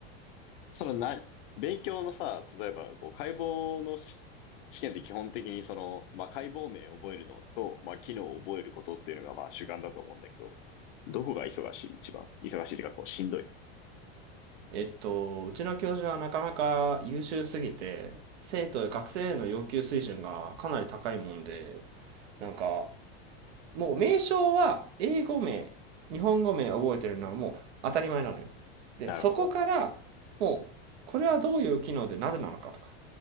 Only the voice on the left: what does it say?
そのな、勉強のさ、例えば、こう、解剖のし試験って基本的にその、まあ、解剖名を覚えるのと、まあ、機能を覚えることっていうのが、まあ、主眼だと思うんだけど、どこが忙しい一番。忙しいっていうか、こう、しんどい。
なるほど。